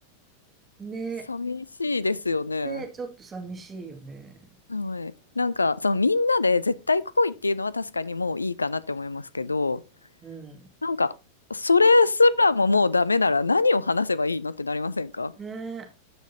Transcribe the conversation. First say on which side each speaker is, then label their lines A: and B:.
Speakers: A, on the right (about 20°); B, on the left (about 80°).
A: ね。
B: 寂しいですよね。
A: ね、ちょっと寂しいよね。
B: はい。なんか、そのみんなで絶対来いっていうのは確かにもういいかなって思いますけど、
A: うん。うん。
B: なんか、それすらももうダメなら何を話せばいいのってなりませんか
A: ね。